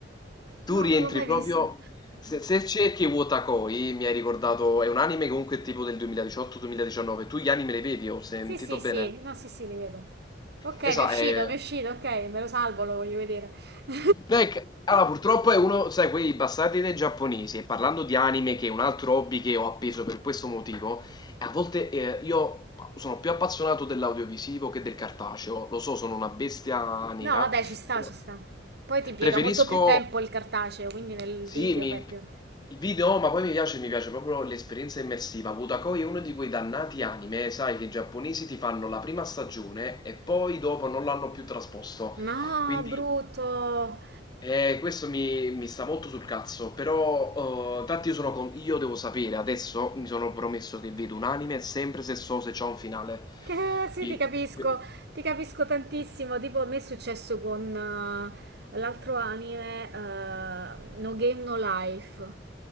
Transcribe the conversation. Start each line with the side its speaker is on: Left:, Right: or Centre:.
Left: Tu
Right: No,
Left: rientri
Right: non l'ho mai
Left: proprio.
Right: visto.
Left: Se, se cerchi Wotakoi, mi hai ricordato, è un anime comunque tipo del 2018-2019. Tu gli anime li vedi, ho sentito
Right: sì, sì, sì,
Left: bene.
Right: no, sì, sì, li vedo. Ok,
Left: Esatto,
Right: mi è uscito,
Left: è...
Right: mi è uscito, ok, me lo salvo, lo voglio vedere. <laughs>
Left: no, è che- allora, purtroppo è uno, sai, quei bastardi dei giapponesi. E parlando di anime, che è un altro hobby che ho appeso per questo motivo, a volte eh, io sono più appassionato dell'audiovisivo che del cartaceo. Lo so, sono una bestia nera.
Right: No, vabbè, ci sta,
Left: però
Right: ci sta. Poi ti impiega
Left: Preferisco.
Right: molto più tempo il cartaceo, quindi nel
Left: Sì,
Right: video
Left: mi-
Right: fai più...
Left: il video, ma poi mi piace, mi piace proprio l'esperienza immersiva. Wutakoi è uno di quei dannati anime, sai, che i giapponesi ti fanno la prima stagione e poi dopo non l'hanno più trasposto.
Right: No,
Left: Quindi
Right: brutto!
Left: eh, questo mi, mi sta molto sul cazzo, però eh, infatti io, sono con- io devo sapere, adesso mi sono promesso che vedo un anime sempre se so se c'è un finale.
Right: Eh, sì,
Left: Chi-
Right: ti capisco,
Left: que-
Right: ti capisco tantissimo. Tipo, a me è successo con eh, l'altro anime, eh, No Game No Life,